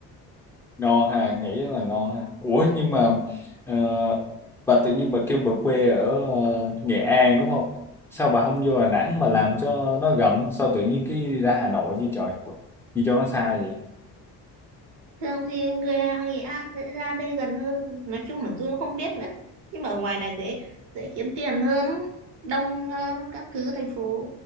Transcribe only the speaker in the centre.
ngon ha nghĩ là ngon ha ủa nhưng mà ờ, bà tự nhiên bà kêu bà quê ở ờ, Nghệ An đúng không sao bà không vô Đà Nẵng mà làm cho nó gần sao tự nhiên cái đi ra Hà Nội chứ trời gì cho nó xa vậy